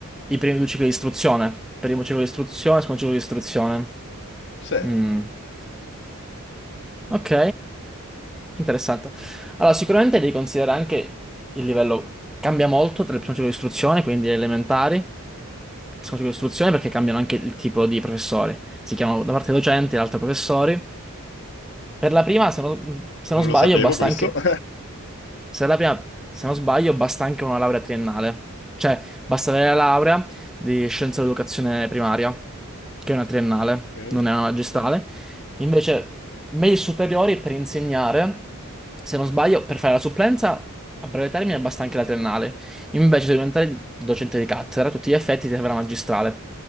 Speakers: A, in the centre; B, on the left.
A: i primi due cicli di istruzione. Primo ciclo di istruzione, secondo ciclo di istruzione.
B: Sì,
A: Mm, Ok, interessante. Allora, sicuramente devi considerare anche il livello cambia molto tra il primo ciclo di istruzione, quindi le elementari, il secondo ciclo di istruzione, perché cambiano anche il tipo di professori. Si chiamano da parte docenti, l'altra professori. Per la prima, se non, se non
B: non
A: sbaglio,
B: lo sapevo
A: basta
B: questo.
A: anche.
B: <laughs>
A: se la prima- se non sbaglio, basta anche una laurea triennale. Cioè, basta avere la laurea di scienza dell'educazione primaria, che è una triennale,
B: Ok.
A: non è una magistrale. Invece, medie superiori per insegnare, se non sbaglio, per fare la supplenza a breve termine basta anche la triennale. Invece, se diventare docente di cattedra, a tutti gli effetti ti serve la magistrale.